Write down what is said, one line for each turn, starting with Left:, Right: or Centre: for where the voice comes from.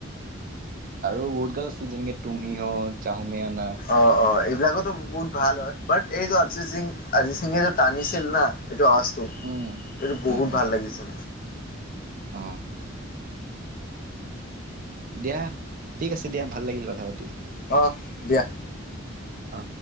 Right: আৰু বহুত গান আছিল যেনেকে তুমিহত, চাহুমেনা।
Left: অ অ এইবিলাকোতো বহুত ভাল হয়। বাট এইটো অৰিজিত সিং অৰিজিত সিংহে যে টানিছিল না এইটো অ,
Right: উম।
Left: এইটো বহুত
Right: উম, উম,
Left: ভাল লাগিছিল।
Right: অ, দিয়া ঠিক আছে দিয়া ভাল লাগিল কথা পাতি।
Left: অ দিয়া।
Right: অ,